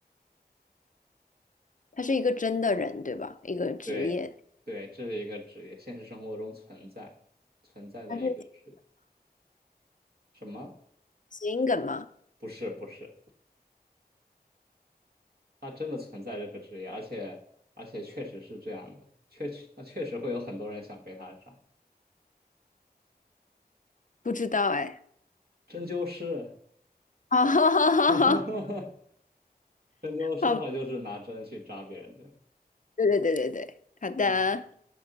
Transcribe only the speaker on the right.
对，对，这是一个职业，现实生活中存在存在的一个职业。
什么？
不是，不是，他真的存在这个职业，而且而且确实是这样的，确实啊，确实会有很多人想被他扎。
针灸师，
<laughs> 针灸师他就是拿针去扎别人的。
嗯，